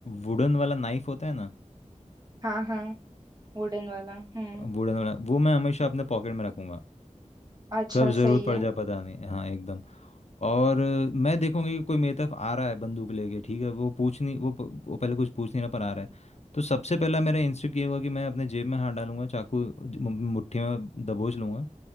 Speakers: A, on the left (about 60°); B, on the right (about 30°).
A: वुडन वाला नाइफ होता है ना
B: हाँ हाँ वुडन वाला हम्म
A: वुडन वाला वो मैं हमेशा अपने पॉकेट में रखूँगा
B: अच्छा
A: कब ज़रूरत
B: सही
A: पड़
B: है
A: जाए पता नहीं हाँ एकदम और अ, मैं देखूंगी कि कोई मेरी तरफ आ रहा है बंदूक लेके ठीक है वो पूछ नहीं वो प- वो पहले कुछ पूछ नहीं रहा पर आ रहा है तो सबसे पहला मेरा इंस्टिंक्ट ये होगा कि मैं अपने जेब में हाथ डालूंगा चाकू ज- मु- मुट्ठी में दबोच लूंगा